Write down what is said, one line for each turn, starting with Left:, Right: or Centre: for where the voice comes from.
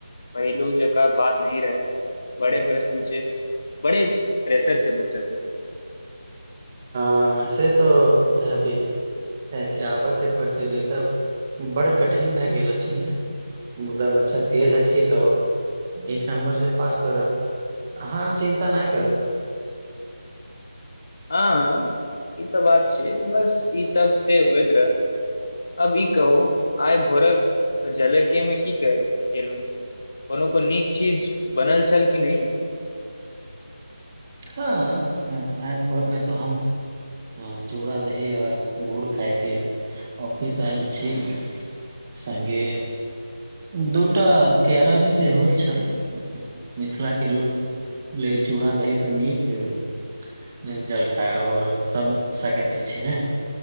Left: पहिलू जक बात रहल बड़े प्रश्न छै बड़े प्रेशर छै बच्चा सब
Right: ह से तऽ चाहबी कियेकि आबऽके प्रतियोगिता बड़ कठिन भए गेल छै ने मुदा बच्छा तेज अछि तऽ एक नंबर से पास करत अहाँ चिन्ता नहि करू
Left: हँ हँ ई तऽ बात छै बस ई सब ते होइत रहे अब ई कहू आइ भोरक झलकी में की कहे खेलू कोनो को नीक चीज बनल छल की नहि
Right: हँ आय भोरमे त हम हँ चूड़ा दही आ गुड़ खाायके ऑफिस आयल छी संगे दूटा केैरा भी सेहो छल मिथिलाके लोक लेल चूड़ा दही तऽ नीक है जलखा आओर सभ सकसँ छै ने